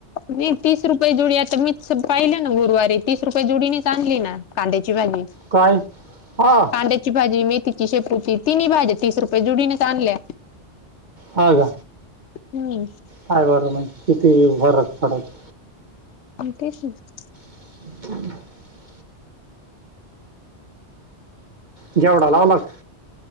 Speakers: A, on the left (about 80°); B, on the right (about 45°).
A: मी तीस रुपये जोडी मीच पाहिलं गुरुवारी तीस रुपये जोडी नेच आणली ना कांद्या ची भाजी,
B: काय हा
A: कांद्याची भाजी, मेथीची, शेपूची तिन्ही भाजी तीस रुपये जुडीने च आणल्या.
B: हा का?
A: हम्म
B: काय बर नाही किती फरत पडत
A: न तेचं ना.
B: <inaudible> घेवडा लावला का?